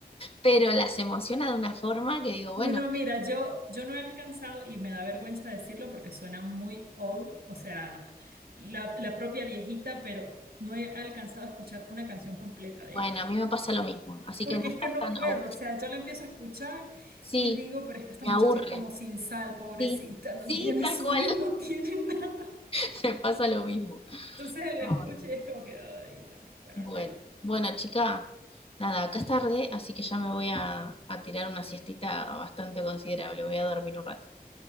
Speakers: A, on the left; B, on the right.
A: pero las emociona de una forma que digo, bueno,
B: No, mira, yo, yo no he alcanzado, y me da vergüenza decirlo porque suena muy old, o sea, la, la propia viejita, pero no he alcanzado a escuchar una canción completa de
A: bueno,
B: ella.
A: a mí me pasa lo mismo, así
B: Porque
A: que no
B: es
A: estás
B: que no
A: tan...
B: puedo,
A: au-
B: o sea, yo la empiezo a escuchar
A: Sí,
B: y digo, pero es que esta
A: me
B: muchacha
A: aburre.
B: es como sin sal, pobrecita,
A: Sí,
B: no
A: sí,
B: tiene
A: tal
B: su
A: cual,
B: y no tiene <laughs> nada.
A: <laughs> me pasa lo mismo.
B: Entonces la
A: Ay,
B: escucho y es como que, ay, no, pero
A: Bueno,
B: bueno.
A: bueno, chica, nada, acá es tarde, así que ya me voy a, a tirar una siestita bastante considerable, voy a dormir un rato.